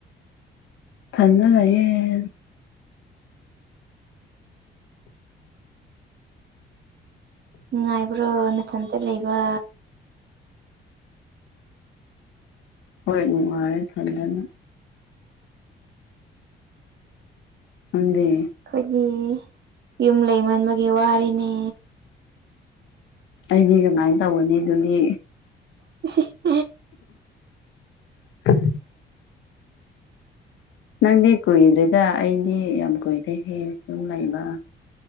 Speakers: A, on the left (about 75°); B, on the right (about 60°).
A: ꯊꯟꯗ ꯂꯩꯌꯦ
B: ꯅꯨꯡꯉꯥꯏꯕ꯭ꯔꯣ ꯅꯥꯊꯟꯇ ꯂꯩꯕ
A: ꯍꯣꯏ ꯅꯨꯡꯉꯥꯏꯌꯦ ꯏꯊꯟꯗꯅ ꯅꯪꯗꯤ
B: ꯈꯣꯏꯗꯤ ꯌꯨꯝ ꯂꯩꯃꯟꯕꯒꯤ ꯋꯥꯔꯦꯅꯦ
A: ꯑꯩꯗꯤ ꯀꯃꯥꯏ ꯇꯧꯒꯅꯤ ꯑꯗꯨꯗꯤ
B: <unintelligible>
A: <inaudible> ꯅꯪꯗꯤ ꯀꯨꯏꯗ꯭ꯔꯤꯗ ꯑꯩꯗꯤ ꯌꯥꯝ ꯀꯨꯏꯔꯦꯍꯦ ꯌꯨꯝ ꯂꯩꯕ